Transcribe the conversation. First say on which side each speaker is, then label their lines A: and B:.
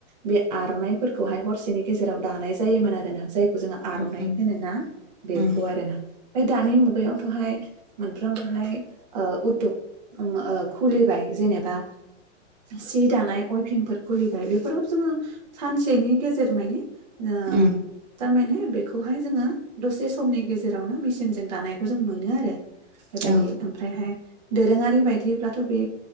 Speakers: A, on the right; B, on the right.
A: बे आर'नाइफोरखौहाय हरसेनि गेजेराव दानाय जायोमोन आरोना जाय जोङो आर'नाइ
B: उम उम
A: होनो ना बेखौ
B: उम
A: आरोना। ओमफाय दानि मुगायावथ'हाय मोनफ्रोमबोहाय ओ उदग ओम ओ खुलिबाय जेनेबा। सि दानाय, अयफिंफोर खुलि बाय बेफोराव जोङो सानसेनि गेजेर मानि ओ
B: उम
A: थारमाने बेखौहाय जोङो दसे समनि गेजेरावनो मेसिनजों दानायखौ जों मोनो आरो। बेबायदि
B: औ
A: ओमफ्रायहाय दोरोङारि बायदिब्लाथ' बे